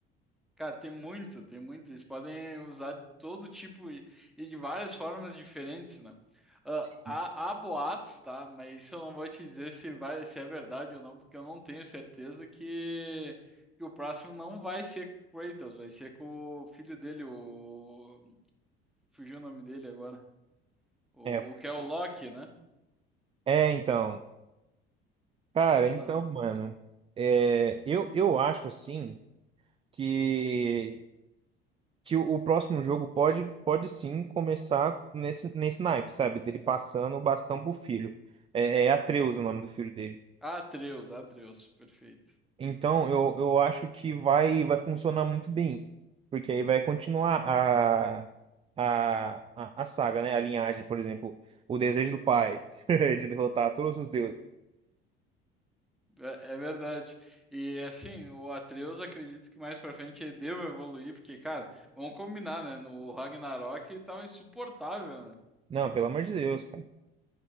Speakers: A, in the centre; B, on the right.
A: cara, tem muito, tem muito. Eles podem usar de todo tipo e, e de várias formas diferentes, né? Ah,
B: Sim.
A: há, há boatos, tá? Mas isso eu não vou te dizer se vai, se é verdade ou não, porque eu não tenho certeza que, que o próximo não vai ser com o Kratos, vai ser com o filho dele, o... Fugiu o nome dele agora. O,
B: É,
A: o que é o Loki, né?
B: é, então, cara,
A: Não,
B: então, mano, é, eu, eu acho assim que que o, o próximo jogo pode pode sim começar nesse nesse naipe, sabe? Dele passando o bastão pro filho. É, é Atreus o nome do filho dele.
A: Atreus, Atreus, perfeito.
B: Então, eu, eu acho que vai, vai funcionar muito bem, porque aí vai continuar a, a, a, a saga, né? A linhagem, por exemplo, o desejo do pai <laughs> de derrotar todos os deuses.
A: Hum, É, é verdade. E assim, o Atreus acredito que mais pra frente ele deva evoluir, porque, cara, vamos combinar, né? No Ragnarok ele tava insuportável, né?
B: Não, pelo amor de Deus, cara.